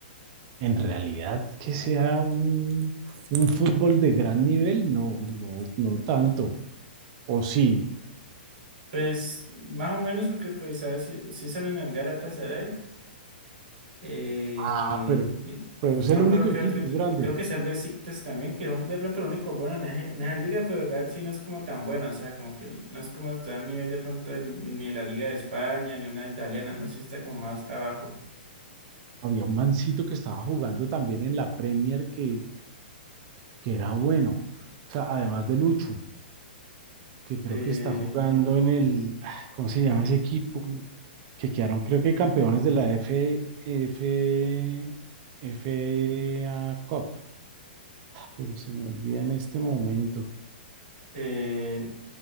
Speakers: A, on the right (about 40°); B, on the right (about 60°).
A: en realidad que sea un, un fútbol de gran nivel, no, no, no tanto. O sí,
B: Pues más o menos porque pues ah, sí, sí salen el Galatasaray. Eh,
A: ah, pero,
B: y,
A: pero
B: y
A: es
B: no
A: el
B: me acuerdo
A: único
B: qué
A: equipo
B: otro equi-
A: grande.
B: eh, creo que es el Besiktas también, que son de pronto los únicos buenos en, ese- en esa liga, pero la verdad sí no es como tan buena, o sea, como que no es como está a nivel de pronto del- ni de la Liga de España, ni una italiana, no, sí está como más abajo.
A: Había un mancito que estaba jugando también en la Premier que, que era bueno. O sea, además de Lucho, que creo
B: eh,
A: que está jugando en el, ah, ¿cómo se llama ese equipo? Que quedaron, creo que campeones de la F, F, F A Cup. pero se me olvida en este momento.
B: eh,